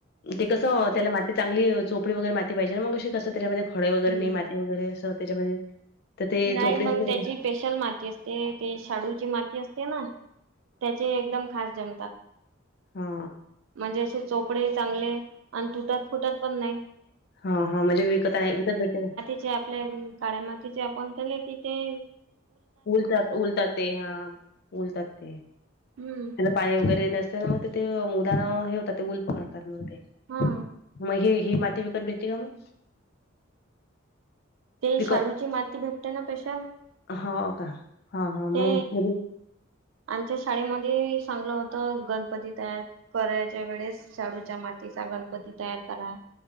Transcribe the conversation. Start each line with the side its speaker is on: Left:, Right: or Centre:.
Left: ते कसं
Right: फळ
Left: त्याला माती चांगली चोपडी वगैरे माती पाहिजे ना मग अशी कसं त्याच्यामध्ये..... खळे
Right: हम्म
Left: वगैरे नाही मातीगैरे अस त्याच्यामध्ये.... तर ते
Right: नाही
Left: चोपडी
Right: मग
Left: असते
Right: त्याची...
Left: बघा
Right: स्पेशल माती असते ते शाडूची माती असते ना त्याचे एकदम खास जमतात
Left: हा...
Right: म्हणजे असे चोपडे चांगले आणि तुटत फुटत पण नाही...
Left: हा हा म्हणजे विकत आहे विकत भेटे...
Right: जे आपल्या काळ्या मातीचे आपण केले तिथे...
Left: उलत उलत ते हा उलतात ते...
Right: हम्म
Left: पाणी वगैरे नसल मग ते ते मुदाना हे होतात ते ऊल पकडतात मग ते....
Right: हा
Left: मग हे ही माती विकत भेटती का मग
Right: ते
Left: विकत
Right: शाळूची माती भेटतना पशा
Left: हो का? हां, हां,
Right: ते
Left: मग म्हणजे
Right: आमच्या शाळेमध्ये चांगलं होत गणपती तयार.... फराळाच्या वेळेत शाडूच्या मातीचा गणपती तयार करा...